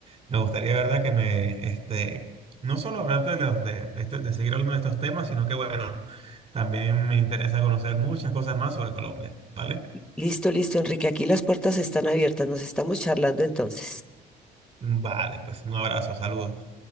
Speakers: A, on the right (about 40°); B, in the centre.
A: Me gustaría, de ¿verdad? Que me, este, no solo hablarte de, los, de, de, este- de seguir hablando de estos temas, sino que, bueno, también me interesa conocer muchas cosas más sobre Colombia, ¿vale?
B: Listo, listo, Enrique, aquí las puertas están abiertas, nos estamos charlando entonces.
A: Vale, pues un abrazo, saludos.